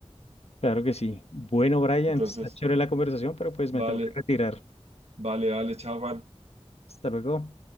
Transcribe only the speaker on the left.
Claro que sí. Bueno, Brian,
está chévere la conversación, pero pues
me tengo que retirar.
Hasta luego.